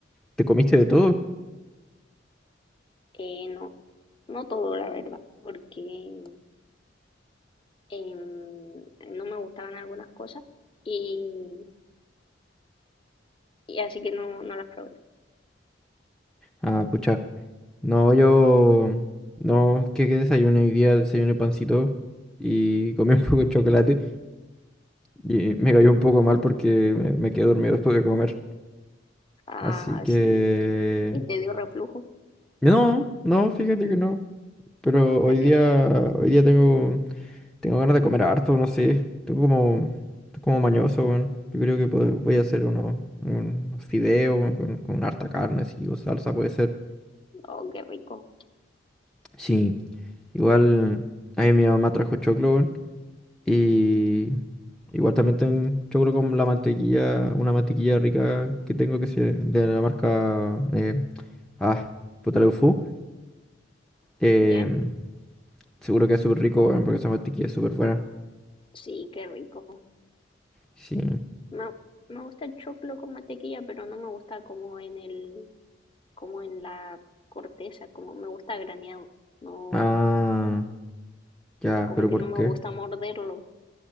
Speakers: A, in the centre; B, on the left.
A: ¿Te comiste de todo?
B: Eh, no, no todo, la verdad, porque em, no me gustaban algunas cosas y, y así que no, no las probé.
A: Ah, pucha. No, yo... No, ¿qué, qué desayuné hoy día? Desayuné pancito y comí <laughs> un poco de chocolate y me cayó un poco mal porque me, me quedé dormido después de comer.
B: Ah,
A: Así que...
B: sí, y te dio reflujo.
A: No, no, fíjate que no. Pero hoy
B: Ah,
A: día,
B: qué bueno.
A: hoy día tengo, tengo ganas de comer harto, no sé. Tengo como, estoy como mañoso, weón. Yo creo que pod- voy a hacer unos, unos fideos, weón, con, con harta carne, así, o salsa puede ser.
B: Oh, qué rico.
A: Sí, igual ahí mi mamá trajo choclo, weón, Y igual también tengo choclo con la mantequilla, una mantequilla rica que tengo que es de la marca, eh, ah, puta Leufu. Em,
B: ¿Ya?
A: seguro que es súper rico, weón, porque esa mantequilla es súper buena.
B: Sí, qué rico.
A: Sí.
B: Me, me gusta el choclo con mantequilla, pero no me gusta como en el, como en la corteza, como me gusta graneado. No,
A: Ah. Ya,
B: como
A: pero
B: que
A: ¿por
B: no me
A: qué?
B: gusta morderlo.